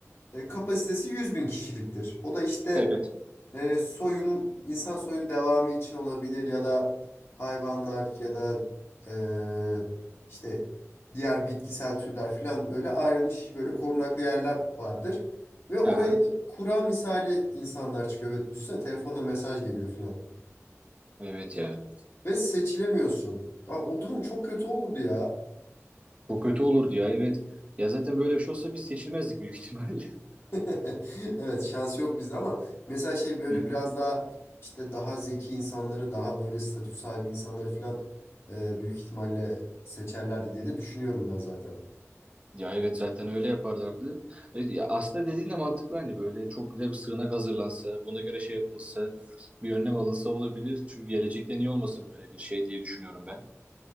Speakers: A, on the left (about 55°); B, on the right (about 25°).
A: e, kapasitesi yüz bin kişiliktir. O da işte
B: Evet.
A: e, soyun, insan soyunun devamı için olabilir ya da hayvanlar ya da e, işte diğer bitkisel türler falan böyle ayrılmış böyle korunaklı yerler vardır. Ve oraya
B: Aha.
A: böyle kura misali insanlar çıkıyor. Böyle düşünsene telefonla mesaj geliyor falan.
B: Evet ya.
A: Ve seçilemiyorsun. Ya o durum çok kötü olurdu ya.
B: Bu kötü olurdu ya. Evet. Ya zaten böyle bir şey olsa biz seçilmezdik büyük ihtimalle. <laughs>
A: <laughs> Evet şans yok bizde ama mesela şey böyle
B: Hı
A: biraz
B: hı.
A: daha işte daha zeki insanları daha böyle statü sahibi insanları falan e, büyük ihtimalle seçerlerdi diye de düşünüyorum ben zaten.
B: Ya evet zaten öyle yaparlardı. E, ya aslında dediğin de mantıklı hani böyle çok güzel bir sığınak hazırlansa, buna göre şey yapılsa, bir önlem alınsa olabilir. Çünkü gelecekte niye olmasın böyle bir şey diye düşünüyorum ben.